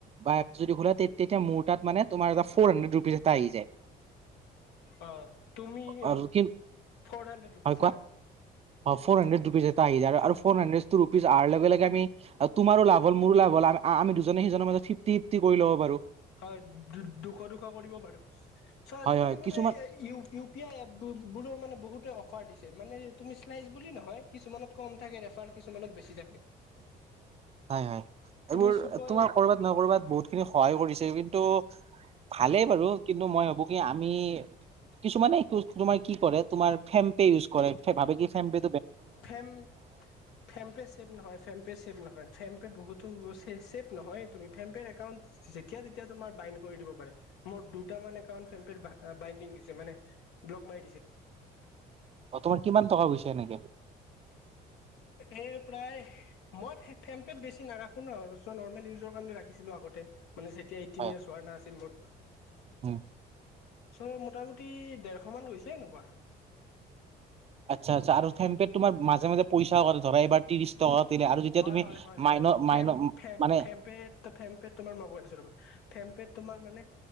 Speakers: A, on the right; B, on the left.
A: বা যদি বোলে তে তেতিয়া মোৰ তাত মানে তোমাৰ এটা ফ'ৰ হাণ্ড্ৰেড ৰুপিচ এটা আহি যায়।
B: অ তুমি ফৰ
A: আৰু কি
B: হাণ্ড্ৰেড ৰুপিছ
A: কোৱা
B: না।
A: হয় ফৰ হান্ড্ৰেড ৰুপিজ এটা আহি যায় আৰু ফ'ৰ হান্ড্ৰেতটো ৰুপিজ আহাৰ লগে লগে আমি তোমাৰ লাভ হ'ল মোৰো লা আ আমি দুজনে সিজনৰ মাজত ফিফটি ফিফটি কৰি লব পাৰো।
B: হয় দু দুশ দুশ কৰিব পাৰো চ'
A: হয়
B: আজিকালি
A: হয়
B: মানে
A: কিছুমান
B: ই ইউ পি আই এপটোত বোলো মানে বহুতে অফাৰ দিছে মানে তুমি শ্লাইচ বুলি নহয় কিছুমানত কম থাকে ৰেফাৰ কিছুমানত বেছি থাকে।
A: হয় হয় এইবোৰ
B: তুমি চুপাৰ
A: তোমাৰ কৰবাত নহয় কৰবাত বহুত খিনি সহায় কিন্তু ভালেই বাৰু কিন্তু মই ভাবো কি আমি কিছুমানে তোমাৰ কি কৰে তোমাৰ ফেম্পে ইউজ কৰে ভাবে কি ফেম্পে
B: ফেম ফেম্পে চেভ নহয় ফেম্পে চেভ নহয় ফেম পে' বহুতো চে ছেফ নহয় তুমি ফেম পেৰ একাউণ্ট যেতিয়া তেতিয়া তোমাৰ বাইনড কৰি দিব পাৰে মোৰ দুটা মান একাউট ফেম পেৰ বাইণ্ডিং হৈছে। মানে ব্লগ মাৰি দিছে।
A: অ তোমাৰ কিমান টকা গৈছা এনেকে?
B: এ প্ৰায় মই ফেমপেত বেছি নাৰাখো। নৰ্মেল ইউজৰ কাৰণে ৰাখিছিলো আগতে। মানে যেতিয়া এইটিন
A: হয়
B: ইয়াৰ্চ হোৱা নাছিল মোৰ।
A: উম
B: চব মোটামুটি ডেৰশ মান গৈছে এনেকুৱা।
A: আচ্ছা আচ্ছা আৰু ফেম পেট তোমাৰ মাজে মাজে পইচাও কাটে ধৰা এইবাৰ ত্ৰিশ টকা। দিলে আৰু যেতিয়া
B: হয়
A: তুমি
B: হয় হয়
A: মাইন
B: হয়
A: মাইন
B: ফেম ফেম‌
A: মানে
B: ফেমপে ফেমপেত তোমাৰ মই কৈ আছো ৰবা ফেমপেত তোমাৰ মানে